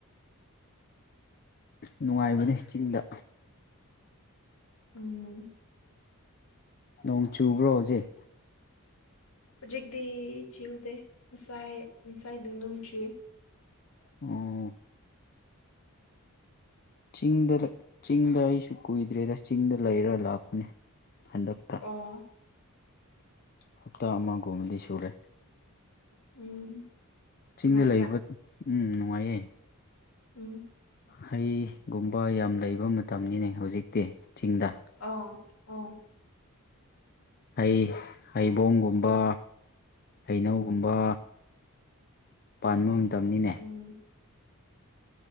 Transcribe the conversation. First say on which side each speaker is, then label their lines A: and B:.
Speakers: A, on the left (about 45°); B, on the left (about 65°).
A: ꯅꯨꯡꯉꯥꯏꯕꯅꯦ ꯆꯤꯡꯗ
B: ꯎꯝ
A: ꯅꯣꯡ ꯆꯨꯕ꯭ꯔꯣ ꯍꯧꯖꯤꯛ
B: ꯍꯧꯖꯤꯛꯇꯤ ꯆꯨꯗꯦ ꯉꯁꯥꯏ ꯉꯁꯥꯏꯗꯣ ꯅꯣꯡ ꯆꯨꯏ
A: ꯑꯣ ꯑꯣ ꯆꯤꯡꯗ ꯆꯤꯡꯗ ꯑꯩꯁꯨ ꯀꯨꯏꯗ꯭ꯔꯦꯗ ꯆꯤꯡꯗ ꯂꯩꯔ ꯂꯥꯛꯄꯅꯦ ꯍꯟꯗꯛꯇ
B: ꯑꯣ
A: ꯍꯞꯇꯥ ꯑꯃꯒꯨꯝꯕꯗꯤ ꯁꯨꯔꯦ
B: ꯎꯝ
A: ꯆꯤꯡꯗ
B: ꯅꯨꯡꯉꯥꯏꯕ꯭ꯔꯥ
A: ꯂꯩꯕ ꯎꯝ ꯅꯨꯡꯉꯥꯏꯌꯦ
B: ꯎꯝ
A: ꯍꯩꯒꯨꯝꯕ ꯌꯥꯝ ꯂꯩꯕ ꯃꯇꯝꯅꯤꯅꯦ ꯍꯧꯖꯤꯛꯇꯤ ꯆꯤꯡꯗ
B: ꯑꯧ ꯑꯣ
A: ꯍꯩ ꯍꯩꯕꯣꯡꯒꯨꯝꯕ ꯍꯩꯅꯧꯒꯨꯝꯕ ꯄꯥꯟꯕ ꯃꯇꯝꯅꯤꯅꯦ
B: ꯎꯝ